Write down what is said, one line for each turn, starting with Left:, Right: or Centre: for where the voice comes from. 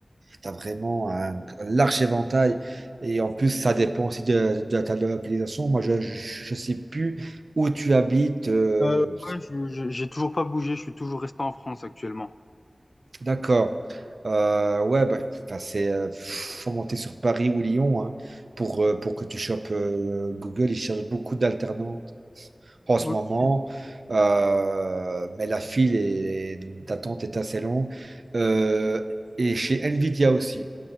Right: t'as vraiment un large éventail. Et en plus, ça dépend aussi de, de ta localisation. Moi, je, je, je sais plus où tu habites. euh,
Left: Euh, ouais, je- je- j'ai toujours pas bougé, je suis toujours resté en France actuellement.
Right: d'accord. Euh, ouais, bah, enfin, c'est, euh, faut monter sur Paris ou Lyon, hein, pour, euh, pour que tu chopes euh, Google. Ils cherchent beaucoup d'alternantes en
Left: Ok.
Right: ce moment. Euh, mais la file est- d'attente est assez longue. Euh, et chez Nvidia aussi.